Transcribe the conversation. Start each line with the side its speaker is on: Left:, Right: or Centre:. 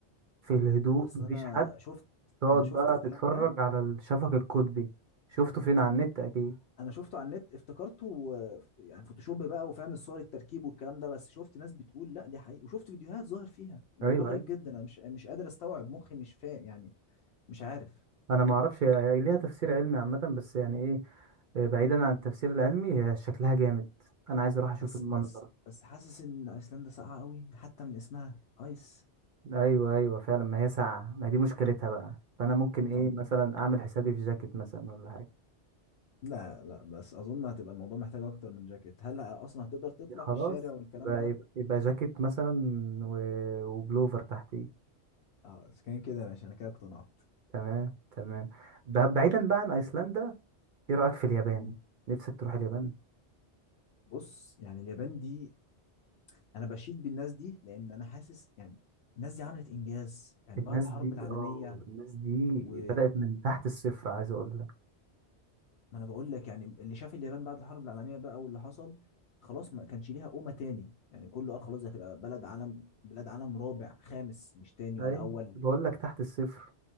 Right: في الهدوء
Left: اصل
Right: مفيش
Left: انا
Right: حد
Left: شفت
Right: تقعد
Left: انا شفت
Right: بقى
Left: الكلام
Right: تتفرج
Left: ده
Right: على الشفق القطبي شفته فين على النت اكيد
Left: انا شفته على النت افتكرته آه، يعني فوتوشوب بقى وفاهم الصور التركيب والكلام ده بس شفت ناس بتقول لا دي حقيقي وشفت فيديوهات ظاهر فيها الموضوع
Right: ايوه
Left: غريب
Right: ايوه
Left: جدا انا مش مش قادر استوعب مخي مش فاهم يعني مش عارف
Right: انا ما اعرفش هي هي ليها تفسير علمي عامه بس يعني ايه آه، بعيدا عن التفسير العلمي هي شكلها جامد انا عايز اروح اشوف
Left: بس
Right: المنظر
Left: بس بس حاسس ان ايسلندا ساقعه قوي حتى من اسمها ايس
Right: ايوه ايوه فعلا ما هي ساعه ما دي مشكلتها بقى فانا ممكن
Left: طب
Right: ايه مثلا اعمل حسابي في جاكيت مثلا ولا حاجه
Left: لا لا بس اظن هتبقى الموضوع محتاج اكتر من جاكيت هل اصلا هتقدر تطلع
Right: خلاص
Left: في الشارع والكلام
Right: يبقى
Left: ده
Right: يبقى, يبقى جاكيت مثلا و... وبلوفر تحتيه
Left: اه اذا كان كده ماشي انا كده اقتنعت
Right: تمام تمام ب- بعيدا بقى عن ايسلندا ايه رايك في اليابان
Left: مم.
Right: نفسك تروح اليابان
Left: بص يعني اليابان دي انا بشيد بالناس دي لان انا حاسس يعني الناس دي عملت انجاز يعني
Right: الناس
Left: بعد الحرب
Right: دي
Left: العالميه
Right: اه الناس دي
Left: و
Right: بدأت من تحت الصفر عايز اقول لك
Left: ما انا بقول لك يعني اللي شاف اليابان بعد الحرب العالميه بقى واللي حصل خلاص ما كانش ليها قومه تاني يعني كله قال خلاص دي هتبقى بلد عالم بلاد عالم رابع خامس مش تاني
Right: ايوه
Left: ولا اول
Right: بقول لك تحت الصفر